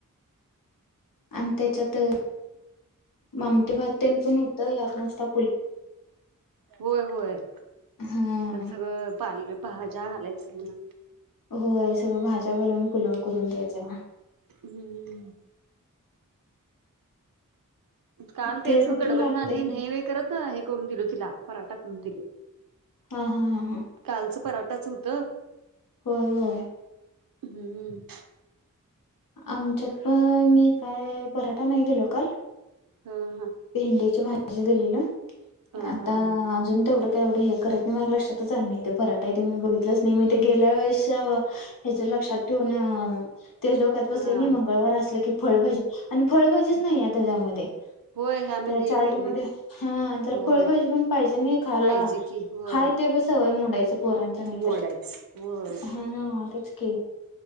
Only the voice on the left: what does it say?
आणि त्याच्यात आमटी भात तेन पण होत या नासता.
हा.
होय सगळं भाज्या घालून पुलाव करून द्यायचा.
ते रुटीन
लागतय
खरं
हा हा हा हा...
होय
आमच्यात पण मी काय पराठा नाही दिलो काल....
पिंडे च पा.. अशा दिला...
आता
अजून तेवढं... वढे हे करत नाही म लक्षातच आ नाही पराठा इथे मी बघितलंच नाही मी ते गेल्या वेळे ह्या लक्षात... ठेवून ते डोक्यात बसले
मंगळवार असलं की फळभाजी... आणि फळभाजीच नाही आता त्यामध्ये....
त्या चार्ट
मध्ये हा तर
फळभजी पण पाहिजे नाही खायला
हाय ते प सवय मोडायच पोरांचं नाही
तर
हा तेच कीं,